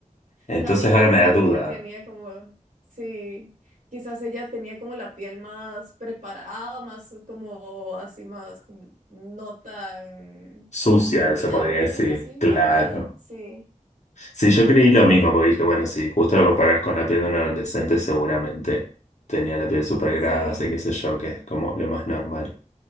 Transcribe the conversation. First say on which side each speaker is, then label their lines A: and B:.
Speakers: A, on the left; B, on the right.
A: Entonces
B: También
A: ahora
B: quizás
A: me da duda.
B: ella tenía como, sí, quizás ella tenía como la piel más preparada, más como así, más como no tan
A: Sucia,
B: obstruida,
A: se podría
B: por decirlo
A: decir,
B: así.
A: claro.
B: Ajá, sí,
A: Sí, yo creí lo mismo, porque dije, bueno, si justo lo comparas con la piel de un adolescente, seguramente tenía la piel súper grasa
B: sí,
A: y qué sé yo, que es como lo más normal.